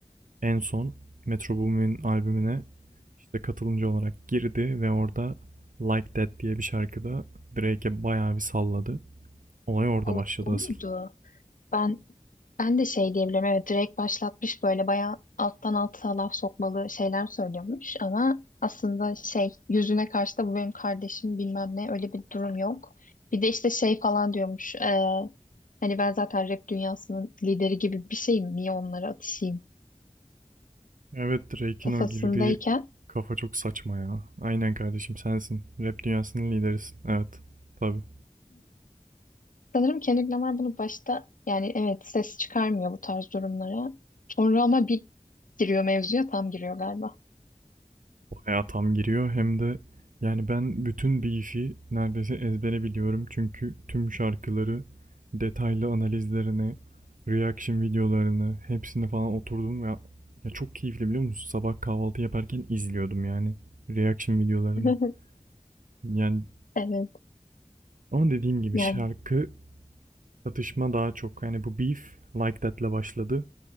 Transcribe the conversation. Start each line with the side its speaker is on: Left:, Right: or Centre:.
Right: En son Metro Boomin'in albümüne işte katılımcı olarak girdi ve orada Like That diye bir şarkıda Drake'e bayağı bir salladı. Olay orada
Left: O,
Right: başladı
Left: o
Right: asıl.
Left: muydu? Ben ben de şey diyebilirim. Evet direkt başlatmış böyle bayağı alttan alta laf sokmalı şeyler söylüyormuş ama aslında şey yüzüne karşı da bu benim kardeşim bilmem ne öyle bir durum yok. Bir de işte şey falan diyormuş. e, hani ben zaten rap dünyasının lideri gibi bir şeyim. Niye onlara atışayım?
Right: Evet Drake'in
Left: Kafasındayken
Right: o girdiği kafa çok saçma ya. Aynen kardeşim sensin. Rap dünyasının liderisin. Evet. Tabii.
Left: Sanırım Kendrick Lamar bunu başta yani evet ses çıkarmıyor bu tarz durumlara. Sonra ama bir giriyor mevzuya tam giriyor galiba.
Right: Bayağı tam giriyor hem de yani ben bütün Beef'i neredeyse ezbere biliyorum. Çünkü tüm şarkıları detaylı analizlerini, reaction videolarını hepsini falan oturdum ya. Ya çok keyifli biliyor musun? Sabah kahvaltı yaparken izliyordum yani reaction videolarını.
Left: <laughs>
Right: Yani
Left: Evet
Right: ama dediğim gibi
Left: yani
Right: şarkı Çatışma daha çok. Yani bu beef like that'le başladı.